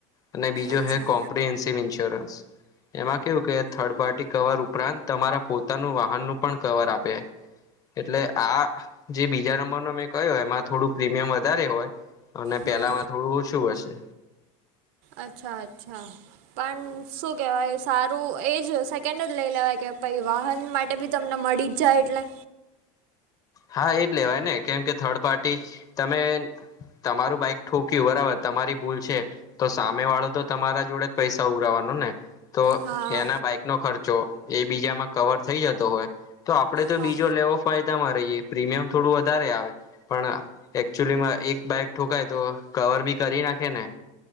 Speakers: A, on the left; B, on the right.
A: અને બીજો
B: અચ્છા
A: હ કોમ્પન્સિવ ઇન્સ્યોરન્સ. એમાં કેવું કે થર્ડ પાર્ટી કવર ઉપરાંત તમારા પોતાનું વાહનનું પણ કવર આપે. એટલે આ જે બીજા નંબર ન મેં કહ્યો એમાં થોડું પ્રીમિયમ વધારે હોય. અને
B: હમ
A: પેલા માં થોડું ઓછું હશે.
B: અચ્છા અચ્છા પણ શું કહેવાય સારું એ જ સેકન્ડ જ લઈ લેવાય કે ભાઈ વાહન માટે બી તમને મળી જ. જાય એટલે.
A: હા એજ લેવાય ને કેમ કે થર્ડ પાર્ટી તમે તમારું બાઈક ઠોક્યું બરાબર તમારી ભૂલ છે. તો સામે વાળો તો તમારા જોડે જ પૈસા ઉઘરાવાનો ને તો
B: હા
A: એના બાઈક નો ખર્ચો એ બીજામાં કવર થઈ જતો હોય તો આપડે તો
B: હા
A: બીજો લેવો ફાયદામાં રહીએ. પ્રીમિયમ થોડું વધારે આવે. પણ એકચુલી માં એક બાઈક ઠોકાય તો કવર બી કરી નાખે ને.